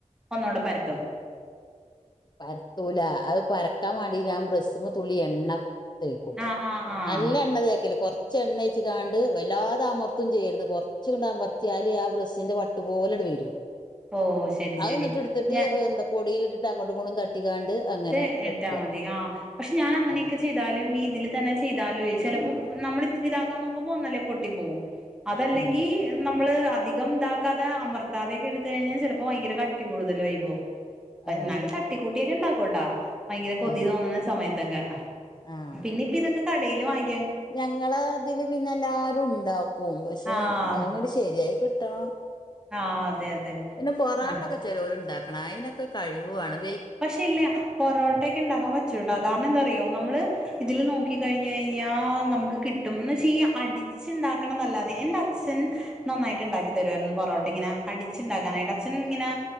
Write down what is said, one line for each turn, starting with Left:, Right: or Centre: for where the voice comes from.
Centre: ഒന്നൂടെ പരത്തും
Left: പരത്തൂല അത് പരക്കാൻ മാണ്ടി ഞൻ ബ്രസ്സ്മെ തുള്ളി എണ്ണ തേക്കും.
Centre: ആഹ് ആഹ് ആഹ്
Left: നല്ല എണ്ണ തേക്കല് കൊറച്ച് എണ്ണേച്ച്കാണ്ട് വല്ലാതമർ ത്തും ചെയ്യരുത് കൊറച്ച്ങ്ങട്ടമറ്ത്തില് ആ ബ്രസ്സിന്റെ വട്ട്പോലെണ്ട് വരും
Centre: ഓഹ് ശരി
Left: അത്
Centre: ശരി
Left: ഇന്ന്ട്ത്ത്ട്ട്
Centre: ഞാ
Left: ഏഹ് എന്താ പൊടിലിട്ടിട്ട് അങ്ങോട്ടും ഇങ്ങട്ടും തട്ടിക്കാണ്ട് അങ്ങനെ
Centre: ത്ക്കെ ഇട്ടാ
Left: വെക്കുക
Centre: മതി ആഹ് പക്ഷെ ഞാനങ്ങനെയൊക്കെ
Left: ആ
Centre: ചെ ചെയ്താലും ഈ ഇതിൽ തന്നെ ചെയ്താലും ഈ ഇതില് തന്നെ ചെയ്താലേ ചെലപ്പം നമ്മള് ഇത്തിരി ഇതാക്കാൻ നോക്കുമ്പോ ഒന്നല്ലേ പൊട്ടി പോകും അതല്ലെങ്കി
Left: ആ
Centre: നമ്മള് അധികം ഇതാക്കാതെ അമർത്താതെക്കെ എടുത്ത് കഴിഞ്ഞാൽ ചെലപ്പോ ഭയങ്കര കട്ടി കൂടുതലായി പോവും
Left: ആ
Centre: എന്നാലും തട്ടിക്കൂട്ടിയക്കെ ഇണ്ടാക്കുട്ടാ ഭയങ്കര കൊതി
Left: ആ
Centre: തോന്നണ സമയത്തൊക്കെ
Left: ആഹ്
Centre: പിന്നെ ഇപ്പിതൊക്കെ കടേല് വാങ്ങ
Left: ഞങ്ങളെ ഇതില് പിന്നെ എല്ലാരും ഇണ്ടാക്കും പക്ഷെ
Centre: ആഹ്
Left: അതങ്ങട്ട ശെരിയായി കിട്ടണം
Centre: ആഹ് അതെ അതെ.
Left: പിന്നെ പൊറാട്ടൊക്കെ
Centre: ആ
Left: ചെലോല് ഇണ്ടാക്ക്ണ അയിനൊക്കെ കഴിവ് വാണം
Centre: പക്ഷെ ഇല്ല പൊറോ ട്ടയ്ക്കെ ഇണ്ടാൻ പറ്റൂട്ടാ കാരണം എന്താറിയോ നമ്മള് ഇതില് നോക്കി കഴിഞ്ഞ് കഴിഞ്ഞാ നമുക്ക് കിട്ടും എന്ന് വെച്ച അടിച്ച്ണ്ടാക്കണം നല്ലാതെ എന്റെ അച്ഛൻ നന്നായിട്ട് ഇണ്ടാക്കി തരുവായിരുന്നു. പൊറോട്ടിങ്ങനെ അടിച്ച്ണ്ടാക്കാനായിട്ട് അച്ഛൻ ഇങ്ങനെ